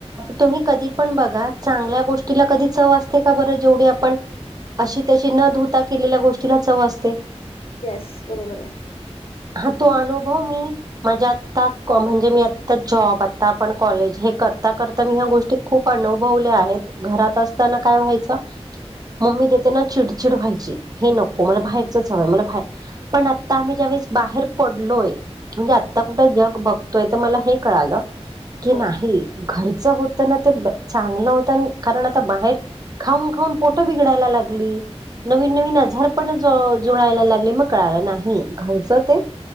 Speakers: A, on the right (about 35°); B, on the left (about 55°).
A: तुम्ही, कधी पण बघा, चांगल्या गोष्टीला कधी चव असते का? बरं जेवढी पण, अशी-तशी न धुता केलेल्या गोष्टीला चव असते.
B: येस, बरोबर आहे.
A: हा तो अनुभव मी माझ्या आता, म्हणजे मी आता जॉब, आता आपण कॉलेज हे करता-करता मी ह्या गोष्टी खूप अनुभवल्या आहेत. घरात असताना काय व्हायचं मम्मी देताना चिडचिड व्हायची, हे नको मला, बाहेरचच हवंय, मला बा पण आता आम्ही ज्यावेळेस बाहेर पडलोय, म्हणजे आता कुठं जग बघतोय, तर मला हे कळालं की
B: बरोबर
A: नाही, घरचं होतं ना ते चांगलं होतं, आणि कारण आता बाहेर खाऊन-खाऊन पोटं बिघडायला लागली. नवीन-नवीन
B: बर
A: आजारपणं जडायला लागले, मग कळाला नाही. घरचं ते